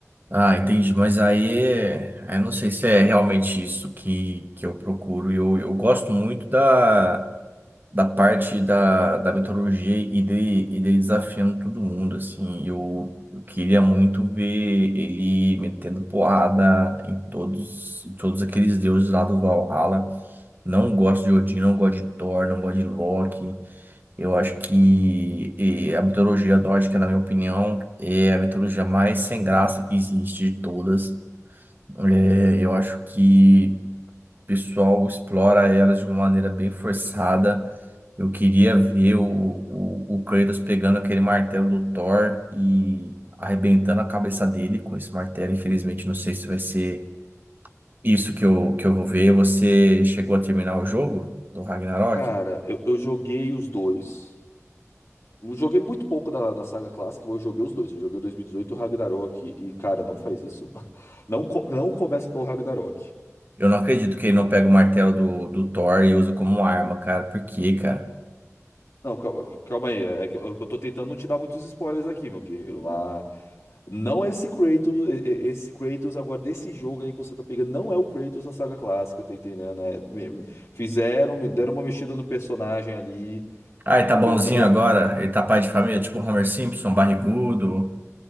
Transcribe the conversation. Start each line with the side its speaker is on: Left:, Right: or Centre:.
Right: Ah, entendi, mas aí é- eu não sei se é realmente isso que, que eu procuro. Eu, eu gosto muito da, da parte da, da metodologia e de e dele desafiando todo mundo, assim. Eu, eu queria muito ver ele metendo porrada em todos, em todos aqueles deuses lá do Valhalla. Não gosto de Odin, não gosto de Thor, não gosto de Loki. Eu acho que eh, a mitologia nórdica, na minha opinião, é a mitologia mais sem graça que existe de todas. É, eu acho que o pessoal explora elas de uma maneira bem forçada. Eu queria ver o, o, o Kratos pegando aquele martelo do Thor e arrebentando a cabeça dele com esse martelo. Infelizmente, não sei se vai ser isso que eu, que eu vou ver. Você chegou a terminar o jogo do Ragnarok?
Left: Cara, eu, eu joguei os dois. Eu joguei muito pouco da, da saga clássica, mas eu joguei os dois. Eu joguei o 2018 e dezoito e o Ragnarok. E, cara, não faz isso. <laughs> mano. Não, co- não começa pelo Ragnarok.
Right: Eu não acredito que ele não pega o martelo do, do Thor e usa como arma, cara. Por quê, cara?
Left: Não, cal- calma aí. É é que eu eu tô tentando não te dar muitos spoilers aqui, meu querido. Mas Não é esse Kratos, e- e- esse Kratos agora desse jogo aí que você tá pegando, não é o Kratos da saga clássica, tá entendendo? É, me- fizeram, me deram uma mexida no personagem ali,
Right: Ah, ele tá
Left: tá
Right: bonzinho
Left: entendendo? O ca- o-
Right: agora? Ele tá pai de família, tipo o Homer Simpson, barrigudo.